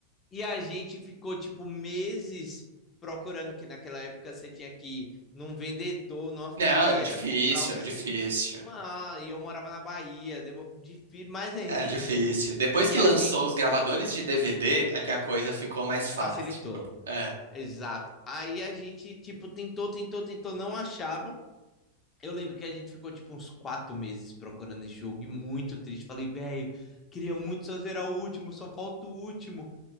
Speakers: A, on the left; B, on the right.
A: E a gente ficou, tipo, meses procurando, que naquela época você tinha que ir num vendedor, numa feira,
B: Não, era difícil,
A: comprar o CD.
B: era difícil.
A: Mano, e eu morava na Bahia, demo- difí- mais ainda.
B: Era difícil. Depois
A: E
B: que
A: a
B: lançou
A: gente
B: os gravadores de DVD, é que a coisa ficou mais fácil.
A: facilitou.
B: É,
A: Exato. Aí a gente, tipo, tentou, tentou, tentou, não achava. Eu lembro que a gente ficou tipo uns quatro meses procurando esse jogo e muito triste. Falei, velho, queria muito só zerar o último, só falta o último,